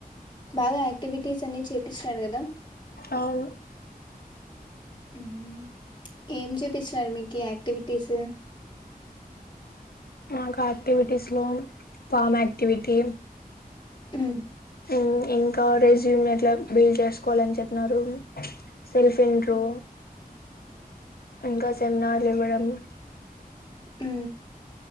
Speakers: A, on the left (about 30°); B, on the left (about 75°).
A: బాగా యాక్టివిటీస్ అన్ని చేపిచినారు గదా.
B: అవును.
A: ఉహూ ఏం చేపిచ్నారు మీకీ యాక్టివిటీస్?
B: మాక్ యాక్టివిటీస్లో ఫామ్ యాక్టివిటీ.
A: హ్మ్.
B: ఊ ఇంకా రెజ్యూమ్ అట్లా బిల్డ్ చేసుకోలని చెప్పినారు. సెల్ఫ్ ఇంట్రో, ఇంకా సెమినార్లివ్వడం.
A: ఊ.